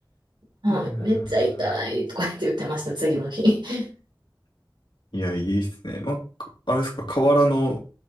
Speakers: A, on the right; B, on the left.
A: んめっちゃ痛いとか言って言ってました、
B: いやー
A: 次の日。<laughs>
B: いや、いいっすね。まあ、あれですか、河原の